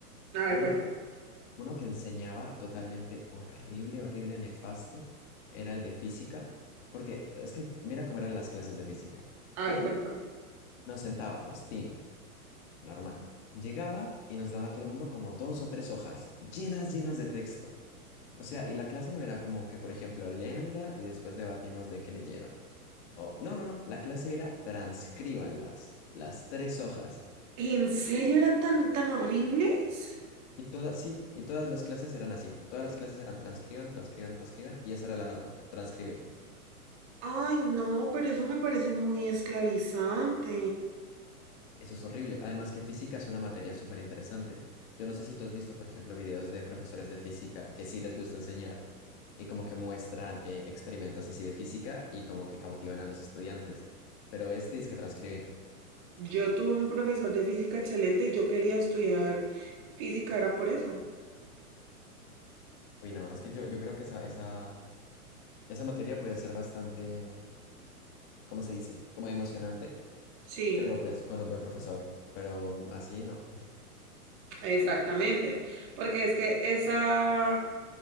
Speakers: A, on the right; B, on the left.
A: A ver,
B: Uno,
A: cuéntame,
B: uno que enseñaba totalmente horrible, horrible, nefasto, era el de física, porque es que mira cómo eran las clases de física.
A: a ver,
B: Él
A: cuéntame.
B: nos sentábamos, tin, normal. Llegaba y nos daba a todo el mundo como dos o tres hojas, llenas, llenas de texto. O sea, y la clase no era como que, por ejemplo, léanla y después debatimos de qué leyeron. o- no, no, no, la clase era transcríbanlas, las tres hojas.
A: ¿En serio eran tan, tan horribles?
B: Y todas, sí, y todas las clases eran así. Todas las clases eran transcriban, transcriban, transcriban, y esa era la nota, transcribir.
A: Ay, no, pero eso me parece muy esclavizante.
B: Eso es horrible. Además que física es una materia súper interesante. Yo no sé si tú has visto, por ejemplo, videos de profesores de física que sí les gusta enseñar y como que muestran eh, experimentos así de física y como que cautivan a los estudiantes. Pero este es que transcribir.
A: Yo tuve un profesor de física excelente y yo quería estudiar física, era por eso.
B: Uy, no, es que yo, yo creo que esa, esa, esa materia puede ser bastante, mm, ¿cómo se dice? Como emocionante
A: Sí,
B: pero pues con un buen profesor, pero así no.
A: exactamente. Porque es que esa,